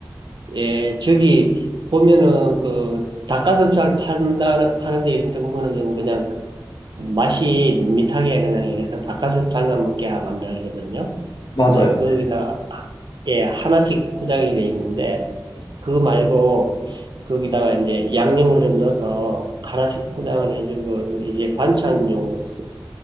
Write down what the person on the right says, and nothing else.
예, 저기 보면은 그 닭가슴살 판다 파는 데 이런 데 보면은 좀 그냥 맛이 밋밋하게 그냥 이래서 닭가슴살만 먹게 만들거든요.
근데
거기다가 예, 하나씩 포장이 돼 있는데
그거 말고 거기다가 이제 양념을 좀 넣어서 하나씩 포장을 해주고 이제 반찬용으로 쓰-